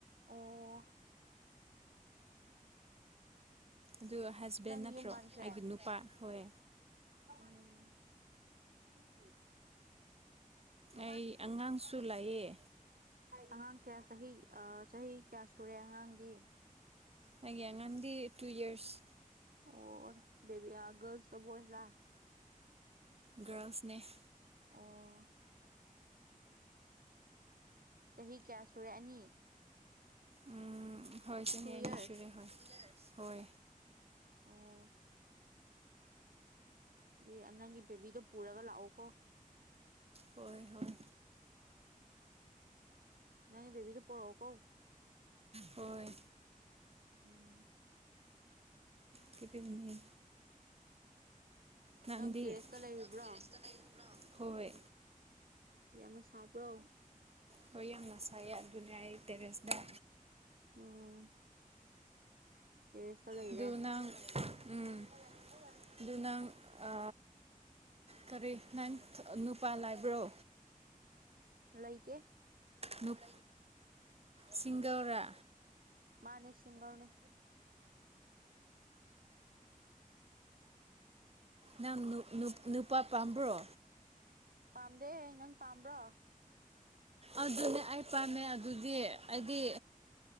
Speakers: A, on the right; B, on the right.
A: ꯑꯣ
B: ꯑꯗꯨ ꯍꯖꯕꯦꯟ
A: ꯅꯪ
B: ꯅꯠꯇ꯭ꯔꯣ
A: ꯌꯨꯝ ꯄꯥꯟꯈ꯭ꯔꯦ
B: ꯑꯩꯒꯤ ꯅꯨꯄꯥ ꯍꯣꯏ
A: ꯎꯝ <unintelligible> <unintelligible>
B: ꯑꯩ ꯑꯉꯥꯡꯁꯨ ꯂꯩꯌꯦ
A: ꯑꯉꯥꯡ ꯀꯌꯥ ꯆꯍꯤ ꯑꯥ ꯆꯍꯤ ꯀꯌꯥ ꯁꯨꯔꯦ ꯑꯉꯥꯡꯗꯤ
B: ꯑꯩꯒꯤ ꯑꯉꯥꯡꯗꯤ ꯇꯨ ꯏꯌꯔꯁ
A: ꯑꯣ ꯕ‌ꯦꯕꯤꯌꯥ ꯒꯜꯁꯂ ꯕꫭꯏꯁ ꯂꯥ
B: ꯒꯥ꯭ꯔꯜꯁꯅ‌ꯦ
A: ꯑꯣ ꯆꯍꯤ ꯀꯌꯥ ꯁꯨꯔꯦ ꯑꯅꯤ
B: ꯎꯝ ꯍꯣꯏ ꯆꯍꯤ
A: ꯇꯨ ꯌꯔꯁ
B: ꯑꯅꯤ ꯁꯨꯔꯦ ꯍꯣꯏ ꯍꯣꯏ
A: ꯑꯣ ꯑꯦ ꯑ ꯅꯪꯒꯤ ꯕꯦꯕꯤꯗꯣ ꯄꯨꯔꯒ ꯂꯥꯛꯑꯣꯀꯣ
B: ꯍꯣꯏ ꯍꯣꯏ
A: ꯅꯪꯒꯤ ꯕ‌ꯦꯕꯤꯗꫭ ꯄꯣꯔꯛꯑꯣꯀꫭ
B: ꯍꯣꯏ
A: ꯎꯝ
B: ꯀ‌ꯦꯄꯦꯝꯅꯤꯍꯦ ꯅꯪꯗꯤ
A: ꯅꯪ ꯇꯦꯔꯦꯁꯇ ꯂꯩꯔꯤꯕ꯭ꯔꯣ
B: ꯅꯪ ꯇꯦꯔꯦꯁꯇ ꯂꯩꯕ꯭ꯔꯣ ꯅꯪ ꯍꯣꯏ
A: ꯌꯥꯝꯅ ꯁꯥꯕ꯭ꯔꯣ
B: ꯍꯣꯏ ꯌꯥꯝꯅ ꯁꯥꯏꯌꯦ ꯑꯗꯨꯅꯦ ꯑꯩ ꯇꯦꯔꯦꯁꯗ
A: ꯎꯝ ꯇꯦꯔ‌ꯦꯁꯇ ꯂꯩꯔꯦ
B: ꯑꯗꯨ ꯅꯪ ꯎꯝ
A: ꯑꯣꯂꯥꯛꯑꯦ ꯑꯣꯂꯥꯛꯑꯦ
B: ꯑꯗꯨ ꯅꯪ ꯑ ꯀꯔꯤ ꯅꯪ ꯊ ꯅꯨꯄꯥ ꯂꯥꯏꯕ꯭ꯔꯣ
A: ꯂꯩꯇꯦ
B: ꯅꯨꯞ ꯁꯤꯡꯒꯜꯔꯥ
A: ꯃꯥꯅꯦ ꯁꯤꯡꯒꯜꯅ‌ꯦ
B: ꯅꯪ ꯅꯨꯞ ꯅꯨꯞ ꯅꯨꯄꯥ ꯄꯥꯝꯕ꯭ꯔꯣ
A: ꯄꯥꯝꯗꯦ ꯅꯪ ꯄꯥꯝꯕ꯭ꯔꯣ
B: ꯑꯗꯨꯅꯦ ꯑꯩ ꯄꯥꯝꯃꯦ ꯑꯗꯨꯗꯤ ꯑꯩꯗꯤ